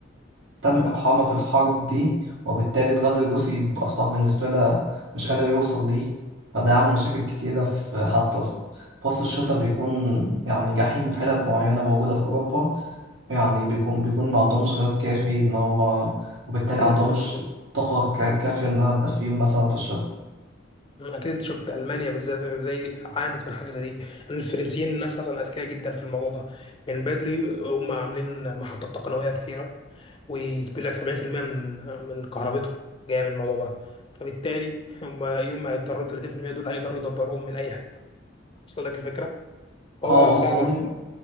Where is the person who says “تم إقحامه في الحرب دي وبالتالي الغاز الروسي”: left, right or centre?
Right